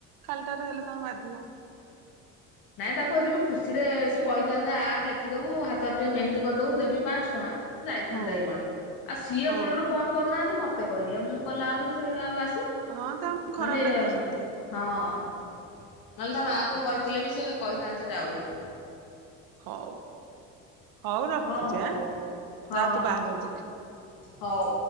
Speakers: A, on the right; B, on the left.
A: ଖାଲିଟାରେ ହେଲେ ତାଙ୍କୁ ବାଧିବ।
B: ନାଇଁ ତାକୁ ଅଧିକ ଖୁସିରେ ସେ କହିଥାନ୍ତା ଆ ଲେଖିଦବୁ ହାତରେ ଟିକେ ମେହେନ୍ଦୀ କରିଦବୁ ଦେବି ପାଆଁଶହ ଟଙ୍କା। ଯାଇଥାନ୍ତା
A: ହଁ
B: କି କଣ ଆଉ ସିଏ
A: ହଁ
B: ମୂଳରୁ ଫୋନ କରୁନାହାନ୍ତି ମତେ ମତେ କହିଲେ ମୁଁ କଲା ବେଳୁ ସେ ଆଉ ଆସିବ।
A: ହଁ ତାଙ୍କୁ ଖରା
B: ନହେଲେ
A: ବେଳେ ଯିବ ସେମିତି ଆଉ।
B: ହଁ ନହେଲେ ତା ମାଙ୍କୁ
A: ଓ ହଉ
B: କହିଥିଲେ ବି ସେ କହିଥାନ୍ତେ ଯାଆ ବୋଲି।
A: ହଉ ହଉ ରଖୁଛି
B: ହଁ ହଉ
A: ଆଁ
B: ହଁ
A: ଯା ତୁ ବାହାଘର ଦେଖିବୁ।
B: ହଉ।